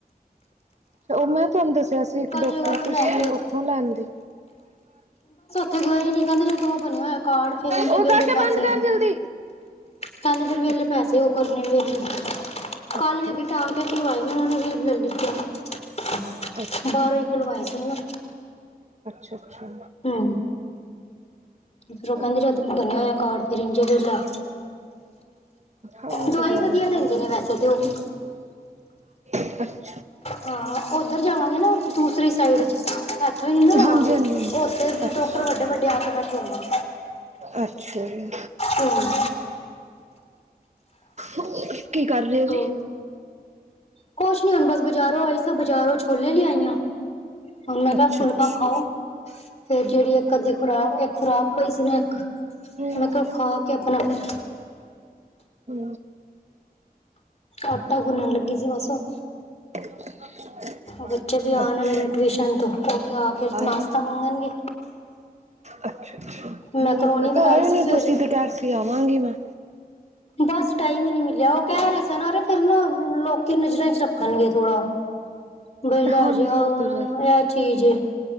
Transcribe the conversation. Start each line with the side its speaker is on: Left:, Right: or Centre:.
Right: ਉਹ ਮੈਂ ਤੁਹਾਨੂੰ ਦੱਸਿਆ ਸੀ, ਇੱਕ ਡੋਕਟਰ
Left: ਜਗ੍ਹਾ ਤੋਂ
Right: ਤੁਸੀਂ
Left: ਲੈ ਕੇ
Right: ਉਥੋਂ ਲੈ ਆਦੇ।
Left: ਤੇ ਗੇ ਨੀ ਕਹਿੰਦੇ ਜਦੋਂ ਉਹ ਬਣਿਆ ਹੋਇਆ, ਕਾਰਡ ਫੇਰੇ
Right: ਉਹ ਕਾਕੇ
Left: ਦੇਲੇ ਪੈਸੇ
Right: ਬੰਦ ਕਰ ਜਲਦੀ
Left: ਕਹਿੰਦੇ ਫੇਰ ਵੇਹਲੇ
Right: ਅੱਛਾ
Left: ਪੈਸੇ ਉਹ ਕਰਨੇ ਵੇਹਲੇ ਕੱਲ੍ਹ
Right: ਅੱਛਾ
Left: ਵੀ ਅੱਗੇ ਟਾਕੇ ਖਿਲਵਾਏ ਉਨਾਂ ਨੇ ਵੀਰ ਰੁਪਏ ਲਿੱਤੇ ਨ।
Right: ਅੱਛਾ
Left: ਬਾਰੋ ਖੁਲਵਾਏ ਸੀਗੇ ਮੈ।
Right: ਅੱਛਾ-ਅੱਛਾ।
Left: ਹੂੰ। ਫਿਰ ਉਹ
Right: ਹਮ
Left: ਕਹਿੰਦੇ ਜਦ ਬੰਣਿਆ ਹੋਇਆ ਕਾਰਡ ਫਰੀ ਚ ਵੇਲਾ
Right: ਹਾਂ ਉਹ
Left: ਦਵਾਈ
Right: ਤਾਂ ਗੱਲ
Left: ਵਧੀਆ
Right: ਹੈਗੀ
Left: ਦਿੰਦੇ ਨੇ ਵੈਸੇ ਤੇ ਉਹ ਵੀ
Right: <inaudible>
Left: ਹਾਂ ਉੱਧਰ ਜਾਵਾਂਗੇ, ਨਾ ਦੂਸਰੀ ਸਾਈਡ ਇੱਥੋਂ ਨੀ ਨਾ ਲਵਾਂਗੇ।
Right: ਹਾਂਜੀ ਹਾਂਜੀ ਹਾਂਜੀ
Left: ਉਥੇ ਤੇ
Right: ਅੱਛਾ
Left: ਡਾਕਟਰ ਵੱਡੇ-ਵੱਡੇ ਆਕੇ ਬੈਠੇ ਹੋਦੇਣ।
Right: ਅੱਛਾ ਜੀ।
Left: ਹੂੰ
Right: ਹੋਰ ਕੀ ਕਰ ਰਹਿ ਹੋ ਜੀ?
Left: ਹੋਰ ਕੁਛ ਨੀ ਹੁਣ ਬਸ ਬਾਜ਼ਾਰੋਂ ਆਈ ਸ ਬਾਜ਼ਾਰੋਂ ਛੋਲੇ ਲਿਆਈ ਆ। ਹੁਣ ਮੈਂ ਕਿਹਾ
Right: ਅੱਛਾ
Left: ਫੁਲਕਾ
Right: ਅੱਛਾ।
Left: ਖਾਓ, ਫੇਰ ਜਿਹੜੀ ਇੱਕ- ਅੱਧੀ ਖੁਰਾਕ ਇਕ ਖੁਰਾਕ ਪਈ ਸੀ ਨਾ ਇਕ,
Right: ਹੂੰ-ਹੂੰ-ਹੂੰ।
Left: ਮੈਂ ਖਾ ਕੇ ਆਪਣਾ ਫੇਰ
Right: ਹੂੰ
Left: ਆਟਾ ਗੁੰਨਣ ਲੱਗੀ ਸੀ ਬਸ ਹੁਣ
Right: <inaudible>
Left: ਬੱਚੇ ਵੀ ਆਣ
Right: ਅੱਛਾ
Left: ਵਾਲੇ ਨੇ ਟਿਊਸ਼ਨ ਤੋਂ ਉਹ ਵੀ ਆ ਕੇ
Right: ਆਏ
Left: ਨਾਸ਼ਤਾ ਮੰਗਣਗੇ।
Right: ਅੱਛਾ-ਅੱਛਾ,
Left: ਮੈਂਕਰੋਨੀ
Right: ਹੂੰ ਮੈਂ ਕਿਆ
Left: ਬਣਾਈ
Right: ਆਏ ਨੀ
Left: ਸੀ ਸਵੇਰੇ
Right: ਤੁਸੀਂ ਤੇ ਕੇਆ ਰਹੇ ਸੀ ਆਵਾਂਗੀ ਮੈਂ।
Left: ਬਸ ਟਾਈਮ ਹੀ ਨੀ ਮਿਲਿਆ, ਉਹ ਕਹਿ ਰਹੇ ਸਨ ਫੇਰ ਨਾ ਲੋਕੀ ਨਜ਼ਰਾਂ ਚ ਰੱਖਣਗੇ ਥੋੜਾ। ਬਈ ਲੈਜੋ
Right: ਹਾਂਜੀ
Left: ਅ
Right: ਉਹ
Left: ਹੁਣ
Right: ਤੇ ਗੱਲ ਹੈ।
Left: ਇਹ ਚੀਜ ਏ,